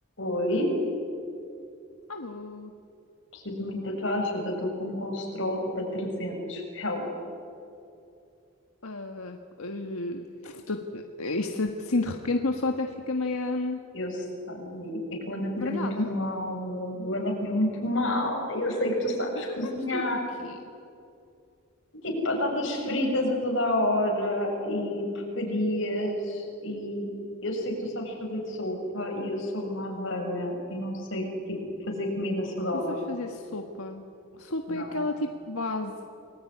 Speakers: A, on the left (about 60°); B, on the left (about 85°).
A: Oi,
B: Alô?
A: preciso muito da tua ajuda. Estou com um colesterol a 300. Help,
B: Ah, eh, isto assim de repente uma pessoa até fica meio hum,
A: eu sei. É que eu ando a comer
B: baralhada.
A: muito mal. Eu ando a comer muito mal. E Eu sei que tu sabes
B: Mas
A: cozinhar.
B: tu comes tipo o quê?
A: Tipo, batatas fritas a toda a hora e porcarias. E eu sei que tu sabes fazer sopa e eu sou uma azelha. Eu não sei, tipo, fazer comida saudável.
B: Tu não sabes fazer sopa. Sopa
A: Não.
B: é aquela tipo base.